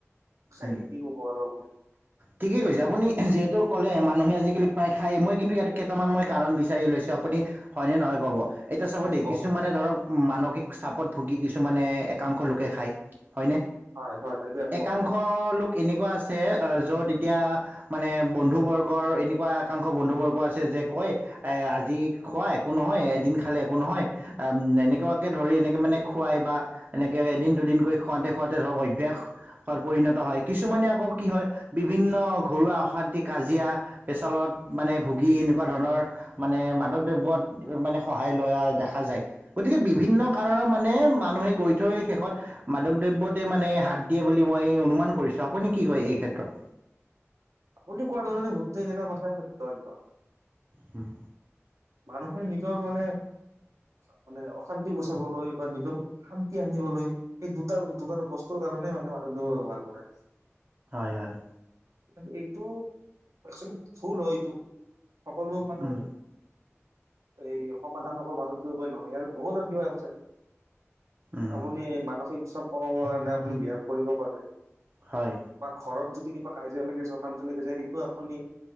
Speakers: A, on the right; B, on the right.
A: খাই
B: উম।
A: কি ক'ব আৰু আপুনি
B: ঠিকেই কৈছে, আপুনি যিহেতু কলে মানুহে আজিকালি প্ৰায় খায়। মই কিন্তু ইয়াত কেইটামান মই কাৰণ বিচাৰি উলৈছো আপুনি হয়নে নহয় কব। এতিয়া চাব দেই
A: কওক
B: কিছুমানে ধৰক মানসিক চাপত ভুগি কিছুমানে একাংশ লোকে খায়। হয়নে?
A: হয়, হয়, <unintelligible> এই আ
B: একাংশ
A: মত ম
B: লোক এনেকুৱা আছে, য'ত এতিয়া মানে বন্ধু বৰ্গৰ এনেকুৱা একাংশ বন্ধু বৰ্গ আছে যে কয় আজি খোৱা একো নহয় এদিন খালে একো নহয় এনেকুৱা কে ধৰা এনেকে মানে খুৱাই বা এনেকে এদিন-দুদিনকৈ খুৱাতে খুৱাতে ধৰক অভ্যাস পৰিণত হয়। কিছুমানে আকৌ কি হয় বিভিন্ন ঘৰুৱা অশান্তি কাজিয়া পেচালত মানে ভুগী এনেকুৱা ধৰণৰ মানে মাদক দ্ৰব্যত মানে সহায় লোৱা দেখা যায়। গতিকে বিভিন্ন কাৰণৰ মানে মানুহে গৈ থৈ শেষত মাদক দ্ৰবতে মানে হাত দিয়ে। বুলি মই অনুমান কৰিছো। আপুনি কি কয় এইক্ষেত্ৰত?
A: আপুনি কোৱা ধৰণে গোটেই গেটাৰ কথাই সত্য একদম।
B: হম।
A: মানুহে নিজৰ মানে মানে অশান্তি গুচাবলৈ বা নিজৰ শান্তি আনিবলৈ এইেই দুটাৰ দুটাৰ বস্তুৰ কাৰণ মানে মাদক দ্ৰব্য ৰ ব্যৱহাৰ কৰে।
B: হয় হয়।
A: কিন্তু, এইটো একচেলি ভুল হয় এইটো সকলো মানো
B: উম,
A: এই সমাধান অকল নহয় বহুত আৰু কিবা আছে।
B: উম,
A: আপুনি মানসিক চাপ কমাবৰ কাৰণে আপুনি ব্যায়াম কৰিব পাৰে।
B: হয়
A: বা ঘৰত যদি কিবা কাজিয়া লাগে যকানটো লাগি যায় সেইটো আপুনি।